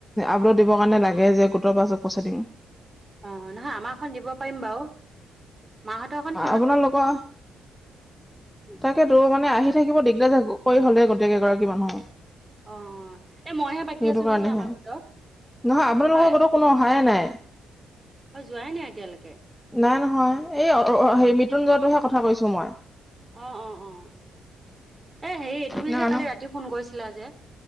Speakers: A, in the centre; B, on the right.
A: আপলোড দিবৰ কাৰণে লাগে যে গোটৰ বাছত পচাই দিম
B: অ নহয় আমাৰখন দিব পাৰিম বাৰু মাহতৰ খ
A: আপোনালোকৰ তাকে তো মানে আহি থাকিব দিগদাৰ থাকো কৈ হলে গতিকে এগৰাকী মানুহ
B: অ এ মইহে বাকী
A: সেইটো
B: আছো
A: কাৰণেহে
B: নেকি আমাৰ গোটৰ
A: নহয় আপোনালোকৰ
B: হয়
A: ঘৰতো কোনো অহায়ে নাই
B: অ যোৱাই নাই এতিয়ালৈকে
A: নাই নহয় এই অ হ মৃত্যুঞ্জয়টোহে কথা কৈছো মই
B: অ অ অ এ হেৰি তুমি
A: নে
B: যে
A: মানুহ
B: কালি ৰাতি ফোন কৰিছিলা যে